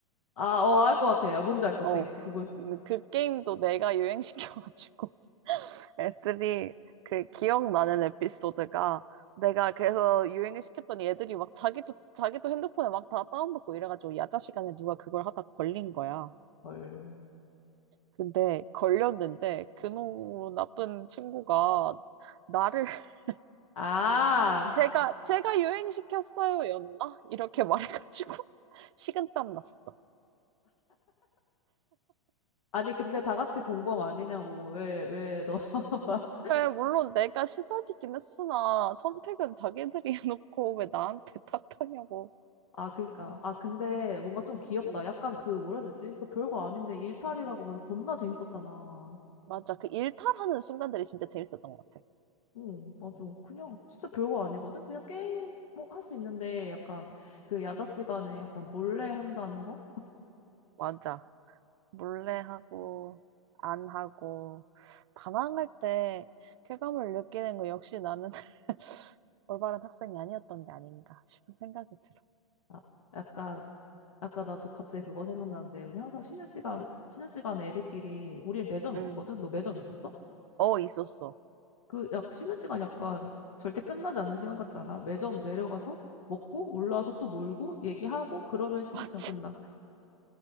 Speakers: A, on the left; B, on the right.
A: 아, 어, 알 것 같아. 야, 뭔지 알 것
B: 어.
A: 같아. 그거 뭐,
B: 음, 그 게임도 내가 유행시켜가지고 <laughs> 애들이 그 기억나는 에피소드가 내가 그래서 유행을 시켰더니 애들이 막 자기도 자기도 핸드폰에 막 다 다운받고 이래가지고 야자 시간에 누가 그걸 하다 걸린 거야.
A: 헐.
B: 근데 걸렸는데 그놈 나쁜 친구가 나를 <laughs>
A: 아,
B: 제가 제가 유행시켰어요 였나? 이렇게 말해가지고 <laughs> 식은땀 났어.
A: 아니, 근데 다 같이 공범 아니냐고. 왜, 왜, 너. <laughs>
B: 왜 물론 내가 시작이긴 했으나 선택은 자기들이 <laughs> 해놓고 왜 나한테 <laughs> 탓하냐고.
A: 아, 그니까. 아, 근데 뭔가 좀 귀엽다.
B: 응,
A: 약간 그, 뭐라 해야 되지? 그 별거 아닌데 일탈이라고 봐서 겁나 재밌었잖아.
B: 맞아. 그 일탈하는 순간들이 진짜 재밌었던 것 같아.
A: 응, 맞아. 그냥 진짜 별거 아니거든? 그냥 게임 뭐 할 수 있는데 약간 그 야자 시간에 약간 몰래 한다는 거?
B: 맞아. 몰래 하고, 안 하고, 반항할 때 쾌감을 느끼는 거 역시 나는 <laughs> 올바른 학생이 아니었던 게 아닌가 싶은 생각이 들어.
A: 아, 약간 아까 나 또 갑자기 그거 생각나는데 우리 항상 쉬는 시간 쉬는 시간에 애들끼리 우리 매점
B: 응.
A: 있었거든. 너 매점 있었어?
B: 어, 있었어.
A: 그 약 쉬는 시간 약간 절대 끝나지 않는 시간 같지 않아? 매점 내려가서 먹고 올라와서 또 놀고 얘기하고 그러면
B: <laughs>
A: 쉬는
B: 맞지.
A: 시간 끝나.